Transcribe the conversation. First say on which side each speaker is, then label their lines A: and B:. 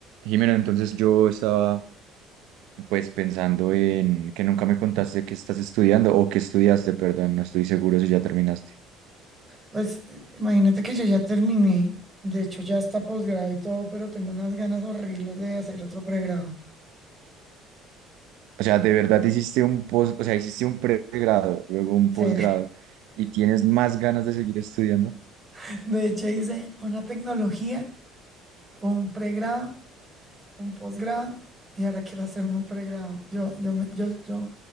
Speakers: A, on the right (about 75°); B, on the right (about 15°).
A: Jimena, entonces yo estaba pues pensando en que nunca me contaste que estás estudiando o que estudiaste, perdón, no estoy seguro si ya terminaste.
B: Pues eh, imagínate que yo ya terminé, de hecho ya está posgrado y todo, pero tengo unas ganas horribles de hacer otro pregrado.
A: O sea, de verdad hiciste un pos, o sea, hiciste un pregrado, luego un
B: Sí,
A: posgrado y tienes más ganas de seguir estudiando.
B: <laughs> de hecho hice una tecnología, un pregrado un posgrado y ahora quiero hacerme un pregrado. Yo, yo, me- yo, yo